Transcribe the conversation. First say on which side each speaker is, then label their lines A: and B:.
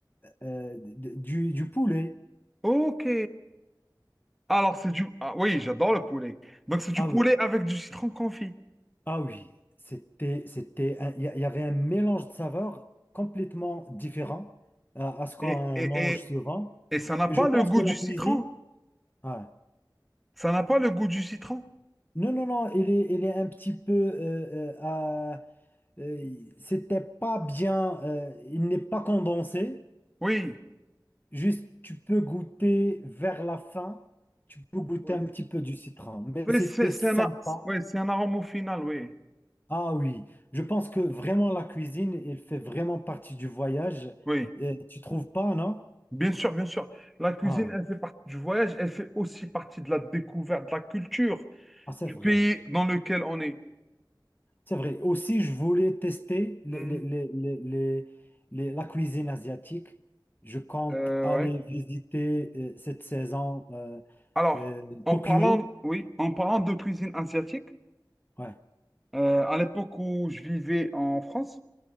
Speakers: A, on the left; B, in the centre.
A: euh, d- d- du, du poulet.
B: Ok. Alors, c'est du. Ah oui, j'adore le poulet. Donc, c'est du
A: Ah
B: poulet
A: oui,
B: avec du citron confit.
A: Ah oui, c'était, c'était, un- il y, a- il y avait un mélange de saveurs complètement différent euh, à ce qu'on
B: Et, et,
A: mange
B: et,
A: souvent.
B: et ça n'a pas
A: Et je pense
B: le goût
A: que la
B: du citron.
A: cuisine, ouais.
B: Ça n'a pas le goût du citron.
A: Non, non, non, il est, il est un petit peu, euh, euh, à- euh, c'était pas bien, euh, il n'est pas condensé.
B: Oui.
A: Juste, tu peux goûter vers la fin, tu peux goûter
B: Oui.
A: un petit peu du citron, mais
B: Oui,
A: c'était
B: C'est c'est
A: sympa.
B: un, a- c'est- oui, c'est un arôme au final, oui.
A: Ah oui, je pense que vraiment la cuisine, elle fait vraiment partie du voyage.
B: Oui.
A: Euh, tu trouves pas, non?
B: Bien sûr, bien sûr. La cuisine,
A: Ah,
B: elle fait partie du voyage, elle fait aussi partie de la découverte, de la culture
A: ah, c'est
B: du
A: vrai.
B: pays dans lequel on est.
A: C'est vrai. Aussi, je voulais tester les-
B: Hmm.
A: les- les- les- les- les- la cuisine asiatique. Je compte
B: Euh,
A: aller
B: ouais.
A: visiter euh, cette saison euh,
B: Alors,
A: euh,
B: en
A: Tokyo.
B: parlant, oui, en parlant de cuisine asiatique,
A: Ouais.
B: euh, à l'époque où je vivais en France,